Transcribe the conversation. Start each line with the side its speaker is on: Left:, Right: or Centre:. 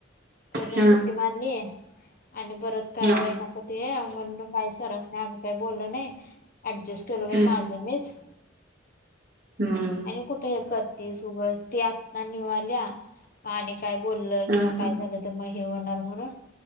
Left: रोजन
Right: हा
Left: सुट्टी मारली आणि परत काय
Right: हा
Left: वय नको ते म्हण काही सरस नाही आम काही बोललं नाही ऍडजस्ट केलं बा
Right: हम्म
Left: माझं मीच
Right: हम्म
Left: आणि कुठे हे करतेस उगस ती आत्ता न्यू आल्या काय बोललं किंवा
Right: हा
Left: काय
Right: हा
Left: झालं तर मग हे होणार म्हणून